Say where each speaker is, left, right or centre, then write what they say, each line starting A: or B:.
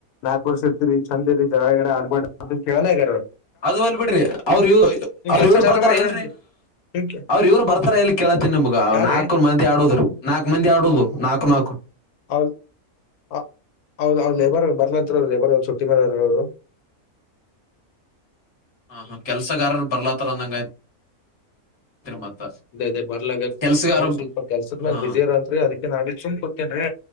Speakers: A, on the left; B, on the left.
A: ನಾಕ್ ವರ್ಷ ಇರ್ತೀರಿ ಚಂದ ರೀ ಜಳಗಿಗ್ಳ ಆಡ್ಬಬೇಡ್ರಿ ಅಂದ್ರ್ ಕೇಳಲ್ಲ ಇವ್ರು.
B: ಅದು ಹಲ್ ಬಿಡ್ರಿ ಅವ್ರ ಇವ ಅವ್ರ
A: ಕೆಲ್ಸ
B: ಇವ್ರು
A: ಚಾಲೂ
B: ಬರ್ತಾರ
A: ಮಾಡ್ರಿ
B: ಎನ್ರಿ.
A: ನಿಮ್ಗೆ ನಿಮ್ಗೆ
B: ಅವ್ರು ಇವ್ರು ಬರ್ತಾರ ಎಲ್ಲಿ ಕೇಳಳ್ತಿನನ್ ನಿಮ್ಗ್
A: ಯಾರ್ರೀ
B: ನಾಲ್ಕು ಮಂದಿ ಆಡೋ ನಾಲ್ಕ್ ಮಂದಿ ಆಡೋದು ನಾಕ್ ನಾಕು.
A: ಹೌದು. ಹ ಹೌದ್ ಲೇಬರ್ ಬರ್ಲತ್ ಅವರು ಲೇಬರ್ ಚುಟ್ಟಿ ಮಾಡರ ಅವ್ರು.
B: ಹ ಹಾ ಕೆಲ್ಸಗಾರ ಬರ್ಲಾತ್ತಾರಂದಂಗಯ್ತರಿ ಮತ್ತ.
A: ಅ ಅದೇ ಬರ್ಲಾಗರ್.
B: ಕೆಲ್ಸಗಾರ
A: ಅವರು ಸ್ವಲ್ಪ ಕೆಲ್ಸದ ಮೇಲೆ
B: ಹಾ
A: ಬಿಸಿ ಇರಂತ್ರಿ ಅದಕ್ಕೆ ನಾಡಿ ಸುಮ್ ಕೊತನ್ರೀ